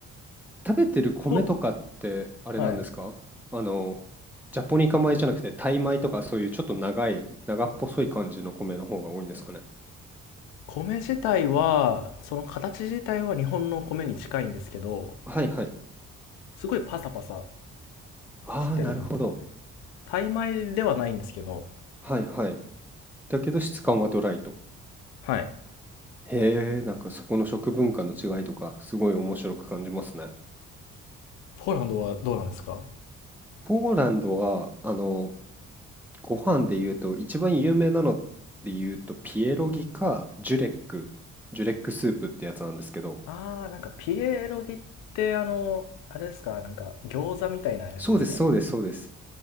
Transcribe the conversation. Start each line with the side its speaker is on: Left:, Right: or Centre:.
Centre: 食べてる米とかって、
Left: と、
Centre: あれなんですかあの、
Left: はい。
Centre: ジャポニカ米じゃなくて、タイ米とか、そういうちょっと長い、長っぽそい感じの米の方が多いんですかね。
Left: 米自体はその形自体は日本の米に近いんですけど
Centre: はいはい。
Left: すごいパサパサ
Centre: ああ、
Left: してるんですよね
Centre: なるほど。
Left: タイ米ではないんですけど
Centre: はいはい。だけど質感はドライと。
Left: はい
Centre: へえ、なんかそこの食文化の違いとか、すごい面白く感じますね。
Left: ポーランドはどうなんですか
Centre: ポーランドは、あの、ご飯で言うと、一番有名なので言うと、ピエロギか、ジュレック、ジュレックスープってやつなんですけど、
Left: あーなんかピエロギってあのあれですかなんか餃子みたいなやつですか
Centre: そうです、そうです、そうです。